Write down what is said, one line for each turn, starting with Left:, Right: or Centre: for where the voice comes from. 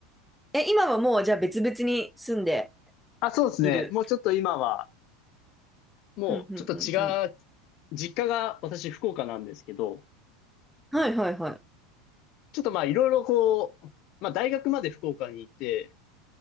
Centre: え、今はもうじゃあ別々に住んで
Left: あ、そうですね。
Centre: いる。
Left: もうちょっと今は、もう、
Centre: うん、うん、
Left: ちょっと違う、
Centre: うん、うん。
Left: 実家が私福岡なんですけど、
Centre: はいはいはい。
Left: ちょっとまあいろいろこう、まあ大学まで福岡にいて、